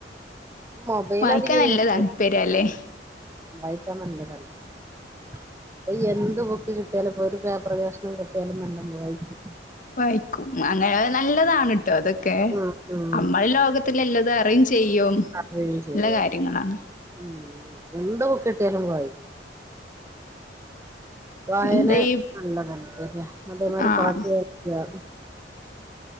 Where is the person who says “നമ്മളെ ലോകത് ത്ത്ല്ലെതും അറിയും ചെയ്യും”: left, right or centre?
Left